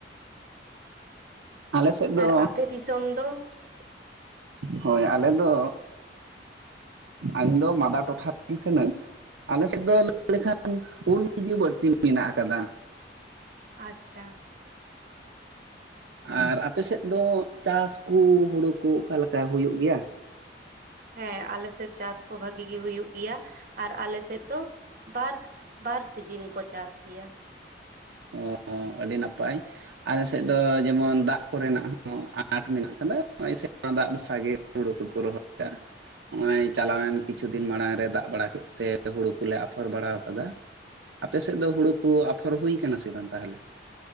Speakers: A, on the right (about 75°); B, on the right (about 50°).
A: ᱟᱞᱮ ᱥᱮᱫ ᱫᱚ
B: ᱟᱨ ᱟᱯᱮ ᱫᱤᱥᱚᱢ ᱫᱚ <unintelligible>
A: ᱦᱳᱭ ᱟᱞᱮ ᱫᱚ ᱤᱧᱫᱚ ᱢᱟᱫᱟ ᱴᱚᱴᱷᱟ ᱨᱮᱱ ᱠᱟᱹᱱᱟᱹᱧ᱾ ᱟᱞᱮ ᱥᱮᱫ ᱫᱚ ᱞᱟᱹᱭ ᱞᱮᱠᱷᱟᱱ ᱩᱞᱜᱮ ᱵᱟᱹᱲᱛᱤ ᱢᱮᱱᱟᱜ ᱟᱠᱟᱫᱟ᱾
B: ᱟᱪᱪᱷᱟ
A: ᱟᱨ ᱟᱯᱮᱥᱮᱫ ᱫᱚ ᱪᱟᱥ ᱠᱚ ᱦᱩᱲᱩ ᱠᱚ ᱚᱠᱟᱞᱮᱠᱟ ᱦᱩᱭᱩᱜ ᱜᱮᱭᱟ?
B: ᱦᱮᱸ ᱟᱞᱮ ᱥᱮᱫ ᱪᱟᱥ ᱠᱚ ᱵᱷᱟᱹᱜᱤ ᱜᱮ ᱦᱩᱭᱩᱜ ᱜᱮᱭᱟ ᱟᱨ ᱟᱞᱮ ᱥᱮᱫ ᱫᱚ ᱵᱟᱨ ᱵᱟᱨ ᱥᱤᱡᱤᱱ ᱠᱚ ᱪᱟᱥ ᱜᱮᱭᱟ᱾
A: ᱚᱻ ᱟᱹᱰᱤ ᱱᱟᱯᱟᱭ ᱟᱞᱮ ᱥᱮᱫ ᱫᱚ ᱡᱮᱢᱚᱱ ᱫᱟᱜ ᱠᱚᱨᱮᱱᱟᱜ ᱦᱚᱸ ᱟᱸᱴ ᱢᱮᱱᱟᱜ ᱠᱟᱫᱟ ᱦᱚᱜ-ᱚᱭ ᱥᱮ ᱫᱟᱜ ᱵᱷᱚᱨᱥᱟ ᱜᱮ ᱦᱩᱲᱩ ᱠᱚᱠᱚ ᱨᱚᱦᱚᱭᱟ᱾ ᱱᱚᱜ-ᱚᱭ ᱪᱟᱞᱟᱣᱮᱱ ᱠᱤᱪᱷᱩ ᱫᱤᱱ ᱢᱟᱲᱟᱝ ᱨᱮ ᱫᱟᱜ ᱵᱟᱲᱟ ᱠᱮᱫ ᱛᱮ ᱦᱩᱲᱩ ᱠᱚᱞᱮ ᱟᱯᱷᱚᱨ ᱵᱟᱲᱟ ᱟᱠᱟᱫᱟ᱾ ᱟᱯᱮ ᱥᱮᱫ ᱫᱚ ᱦᱩᱲᱩ ᱠᱚ ᱟᱯᱷᱚᱨ ᱦᱩᱭ ᱠᱟᱱᱟ ᱥᱮ ᱵᱟᱝ ᱛᱟᱦᱚᱞᱮ?